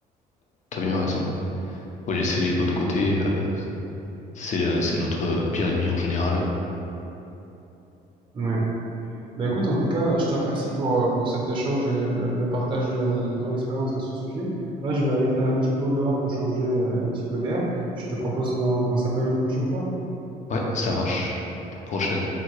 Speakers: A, on the left (about 45°); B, on the right (about 30°).
A: t'as bien raison. Faut laisser l'ego de côté, euh, c'est le- c'est notre pire ennemi en général.
B: Ouais. Ben écoute, en tout cas, je te remercie pour, euh, pour cet échange et le, le partage de, de ton expérience à ce sujet. Là, je vais aller faire un petit tour dehors pour changer euh, un petit peu d'air. Je te propose qu'on qu'on s'appelle une prochaine fois.
A: Ouais, ça marche. À la prochaine.